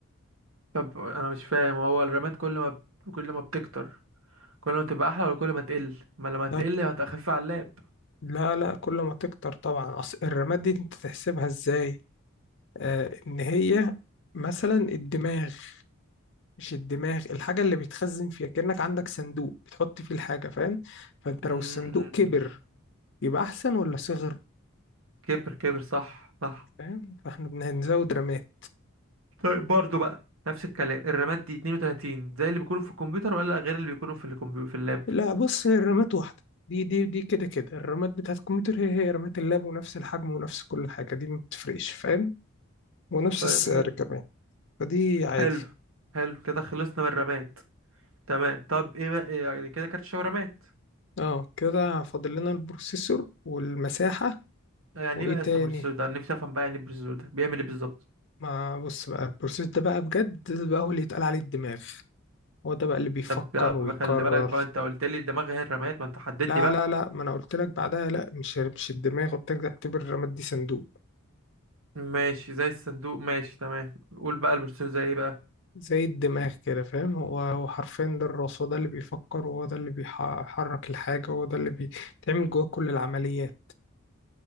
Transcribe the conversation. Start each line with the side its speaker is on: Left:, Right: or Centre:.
Right: طب انا مش فاهم هو الرامات كل ما كل ما بتكتر كل ما تبقى احلى ولا كل ما تقل ما لما تقل
Left: لا
Right: هتخف على اللاب
Left: لا لا كل ما تكتر طبعا أصل الرامات دي انت تحسبها ازاي آه ان هي مثلا الدماغ مش الدماغ الحاجة اللي بيتخزن فيها كأنك عندك صندوق بتحط فيه الحاجة فاهم فانت
Right: مم،
Left: لو الصندوق كبر يبقى احسن ولا صغر
Right: كبر كبر صح صح
Left: فاهم فاحنا بنزود رامات
Right: طيب برضه بقى نفس الكلام الرامات دي 32 زي اللي بيكونوا في الكمبيوتر ولا غير اللي بيكونوا في الكمبيوتر في اللاب
Left: لا بص هي الرامات واحدة دي دي دي كده كده الرامات بتاعت الكمبيوتر هي هي رامات اللاب ونفس الحجم ونفس كل حاجة دي ما بتفرقش فاهم ونفس
Right: طيب
Left: السعر
Right: حلو
Left: كمان فدي عادي
Right: حلو حلو كده خلصنا من الرماد تمام طب ايه بقى يعني كده كانت شاورمات
Left: اه كده فاضل لنا البروسيسور والمساحة
Right: يعني
Left: وايه
Right: ايه بقى
Left: تاني
Right: السبرسو ده انا نفسي افهم بقى يعني البرسو ده بيعمل ايه بالظبط
Left: ما بص بقى البروسيس ده بقى بجد ده بقى هو اللي يتقال عليه الدماغ هو ده بقى اللي بيفكر
Right: طب لا بخلي
Left: ويقرر
Right: بالك بقى انت قلت لي دماغي هي الرماد ما انت حدد
Left: لا
Right: لي بقى
Left: لا لا ما انا قلت لك بعدها لا مش مش الدماغ قلت لك اعتبر الرماد دي صندوق
Right: ماشي زي الصندوق ماشي تمام قول بقى البرسو زي ايه بقى
Left: زي الدماغ كده فاهم هو هو حرفيا ده الراس هو ده اللي بيفكر وهو ده اللي بيحرك الحاجة وهو ده اللي بيتعمل جواه كل العمليات